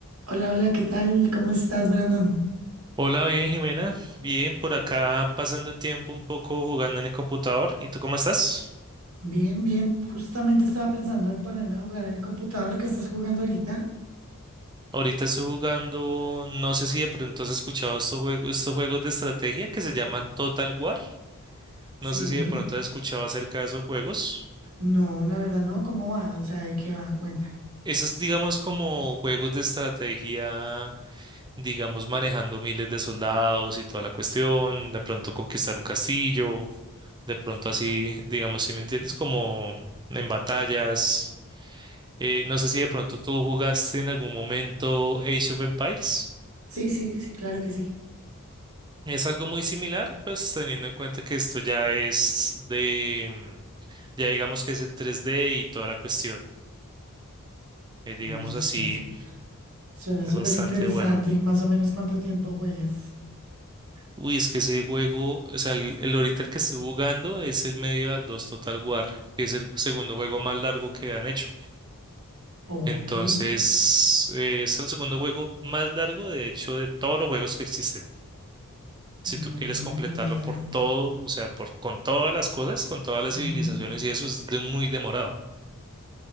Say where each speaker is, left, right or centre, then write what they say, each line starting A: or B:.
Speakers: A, on the right; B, on the right.
A: Hola, hola, ¿qué tal? ¿Cómo estás, Brandon?
B: Hola, bien, Jimena. Bien, por acá pasando el tiempo un poco jugando en el computador. ¿Y tú cómo estás?
A: Bien, bien. Justamente estaba pensando en ponerme a jugar en el computador que estás jugando ahorita.
B: Ahorita estoy jugando, no sé si de pronto has escuchado estos juegos, estos juegos de estrategia que se llaman Total War.
A: Sí.
B: No sé si de pronto has escuchado acerca de esos juegos.
A: No, la verdad no. ¿Cómo va? O sea, ¿de qué va? Cuéntame.
B: Esos, digamos, como juegos de estrategia, digamos, manejando miles de soldados y toda la cuestión, de pronto conquistar un castillo, de pronto así, digamos, si me entiendes, como en batallas. Eh, no sé si de pronto tú jugaste en algún momento Age of Empires.
A: Sí, sí, sí, claro que sí.
B: Es algo muy similar, pues teniendo en cuenta que esto ya es de, mm, ya digamos que es en 3D y toda la cuestión. Eh, digamos
A: Oye, estás...
B: así,
A: Suena
B: es
A: súper
B: bastante
A: interesante.
B: bueno.
A: ¿Y más o menos cuánto tiempo juegas?
B: Uy, es que ese juego, o sea, el, el ahorita el que estoy jugando es el Medieval 2 Total War, que es el segundo juego más largo que han hecho.
A: Ok.
B: Entonces, eh, es el segundo juego más largo, de hecho, de todos los juegos que existen. si tú
A: No
B: quieres
A: tenía
B: completarlo
A: ni idea.
B: por todo, o sea, por, con todas las cosas, con todas las
A: Ujú.
B: civilizaciones y eso es de- muy demorado.